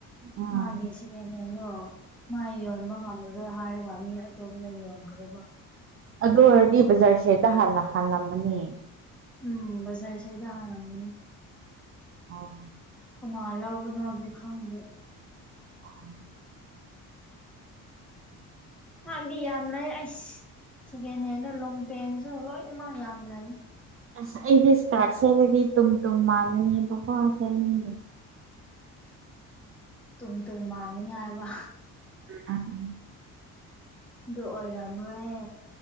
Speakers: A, on the right; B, in the centre.
A: ꯎꯝ
B: ꯃꯥꯒꯤ ꯁꯦꯀꯦꯟ ꯍꯦꯟꯗꯣ ꯃꯥ ꯌꯣꯟꯕ ꯉꯝꯃꯔꯣꯏ ꯍꯥꯏꯔꯤꯕ ꯃꯤ ꯑꯇꯣꯞꯄꯅ ꯌꯣꯟꯈ꯭ꯔꯕ
A: ꯑꯗꯨ ꯑꯣꯏꯔꯗꯤ ꯕꯖꯥꯔꯁꯤꯦ ꯍꯗ ꯍꯜꯅ ꯍꯥꯜꯂꯝꯒꯅꯤ
B: ꯎꯝ ꯖꯔꯁꯤꯗ ꯍꯥꯏꯔ ꯋꯥꯒ
A: ꯑꯣ
B: ꯀꯅꯥ ꯂꯧꯒꯅꯣꯒꯦ ꯈꯪꯗꯦ
A: ꯑꯣ
B: ꯍꯥꯡꯗꯤ ꯌꯥꯝ ꯂꯩ ꯑꯩ ꯁꯦꯀꯦꯟ ꯍꯦꯟꯗ ꯂꯣꯡ ꯄꯦꯟꯁꯨ ꯂꯣꯏꯅꯃꯛ ꯌꯥꯝ ꯂꯩ
A: ꯑꯁ ꯑꯩꯗꯤ ꯏꯁꯇꯥꯔ ꯆꯦꯠꯂꯗꯤ ꯇꯨꯝ ꯇꯨꯝ ꯃꯥꯟꯂꯅꯤ ꯕꯕꯥ ꯆꯅꯤꯡꯗꯦ
B: ꯇꯨꯝ ꯇ ꯃꯥꯒꯅꯤ ꯍꯥꯏꯕ
A: ꯎꯝ ꯎꯝ
B: ꯗ ꯑꯣꯏꯔꯃꯍꯦ